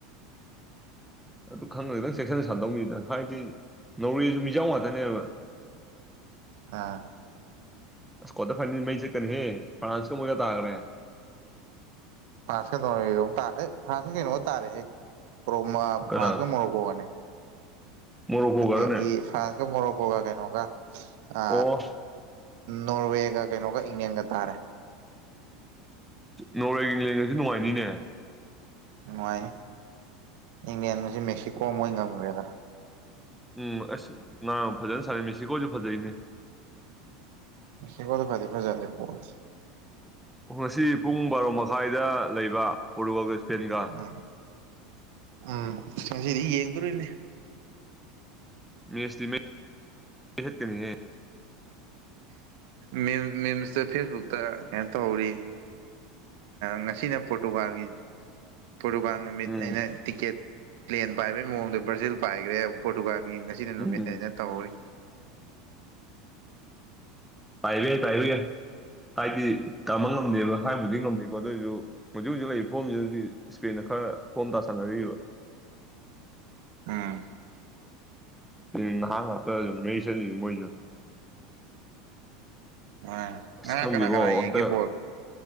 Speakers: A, on the right; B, in the centre.
A: <unintelligible>
B: ꯑꯗꯨ ꯈꯪꯉꯒꯗꯪ ꯆꯦꯛꯁꯤꯟꯅ ꯁꯥꯟꯗꯧꯅꯤꯗ ꯍꯥꯏꯗꯤ ꯅꯧꯔꯦꯁꯨ ꯃꯤꯖꯥꯎ ꯉꯥꯛꯇꯅꯦꯕ
A: ꯍꯥ
B: ꯑꯁ ꯀ꯭ꯋꯥꯇꯔ ꯐꯥꯏꯅꯦꯜ ꯃꯩ ꯆꯠꯀꯅꯤꯍꯦ ꯐ꯭ꯔꯥꯟꯁꯨ ꯃꯣꯏꯒ ꯇꯥꯈ꯭ꯔꯦ
A: ꯐ꯭ꯔꯥꯟꯁꯀ ꯑꯦ ꯐ꯭ꯔꯥꯟꯁꯀ ꯀꯩꯅꯣ ꯇꯥꯔꯦꯍꯦ ꯔꯣꯝ
B: ꯀꯅꯥ
A: ꯐ꯭ꯔꯥꯟꯁꯀ ꯃꯣꯔꯣꯀꯣꯒꯅꯦ
B: ꯃꯣꯔꯣꯀꯣꯒꯔꯅꯦ
A: ꯑꯗꯒꯤ ꯐ꯭ꯔꯥꯟꯁꯀ ꯃꯣꯔꯣꯀꯣꯒ ꯀꯩꯅꯣꯒ ꯑ
B: ꯑꯣ
A: ꯅꯣꯔꯋꯦꯒ ꯀꯩꯅꯣꯒ ꯏꯪꯂꯦꯟꯒ ꯇꯥꯔꯦ
B: ꯅꯣꯔꯔꯦꯒꯤ ꯡꯂꯦꯟꯒꯁꯨ ꯅꯨꯡꯉꯥꯏꯅꯤꯅꯦ
A: ꯅꯨꯡꯉꯥꯏꯅꯤ ꯏꯪꯂꯦꯟꯃꯖꯨ ꯃꯦꯛꯁꯤꯀꯣ ꯃꯣꯏ ꯉꯝꯒ꯭ꯔꯦꯗꯅ
B: ꯎꯝ ꯑꯁ ꯅꯅꯥ ꯐꯖꯅ ꯁꯥꯔ ꯃꯦꯁꯤꯀꯣꯁꯨ ꯐꯖꯩꯅꯦ
A: ꯁꯤꯀꯣꯗ ꯐꯗꯤ ꯐꯖꯥꯅꯤ ꯕꯣꯜ
B: ꯉꯁꯤ ꯄꯨꯡ ꯕꯥꯔꯣ ꯃꯈꯥꯏꯗ ꯂꯩꯕ ꯄꯣꯒ ꯁꯄꯦꯟꯒ
A: ꯑ ꯎꯝ ꯑꯁꯤꯗꯤ ꯌꯦꯡꯗꯣꯔꯤꯅꯦ
B: ꯃꯤ ꯑꯁꯂꯤꯍ ꯀꯅꯤ ꯍꯥꯏ <inaudible>
A: ꯃꯦꯜ ꯃꯦꯜꯁꯇ ꯐꯦꯁꯕꯨꯛꯇ ꯀꯩꯅꯣ ꯇꯧꯍꯧꯔꯤ ꯉꯁꯤꯅ ꯄꯣꯔꯇꯨꯒꯥꯜꯒꯤ ꯄꯣꯔꯗꯨꯨꯀꯥꯟ ꯅꯨꯃꯤꯠ
B: ꯎꯝ
A: ꯑꯩꯅ ꯇꯤꯛꯀꯦꯠ ꯄ꯭ꯂꯦꯟ ꯄꯥꯏꯕꯩ ꯃꯑꯣꯡꯗꯣ ꯕ꯭ꯔꯥꯖꯤꯜ ꯄꯥꯏꯈ꯭ꯔꯦ ꯄꯣꯇꯨꯒ꯭ꯔꯥꯒꯤ ꯉꯁꯤꯅ ꯅꯨꯃꯤꯠ
B: ꯎꯝ
A: ꯑꯩꯅ ꯇꯧꯍꯧꯔꯤ
B: ꯄꯥꯏꯕ ꯌꯥꯏ ꯄꯥꯏꯕ ꯌꯥꯏ ꯍꯥꯏꯗꯤ ꯇꯃ ꯉꯝꯗꯦꯕ ꯍꯥꯏꯕꯨꯗꯤ ꯉꯝꯗꯦꯀꯣ ꯑꯗꯨꯑꯣꯏꯁꯨ ꯍꯧꯖꯤꯛ ꯍꯧꯖꯤꯛ ꯂꯩꯔꯤꯕ ꯐꯣꯝꯁꯤꯗꯗꯤ ꯏꯁꯄꯦꯗ ꯈꯔ ꯐꯣꯝ ꯇꯥ ꯁꯥꯟꯅꯔꯤꯕ
A: ꯎꯝ
B: ꯎꯝ ꯅꯍꯥ ꯉꯥꯛꯇ ꯁꯨꯝ ꯃꯩ ꯁꯠꯂꯤ ꯃꯣꯏꯁꯨ
A: ꯑ ꯉꯔꯥꯡ
B: ꯑꯁ ꯈꯪꯗꯦꯀꯣ
A: ꯀꯅꯥ ꯀꯅꯥ ꯌꯦꯡꯒꯦ
B: ꯍꯟꯗꯛ
A: ꯕꯣꯜ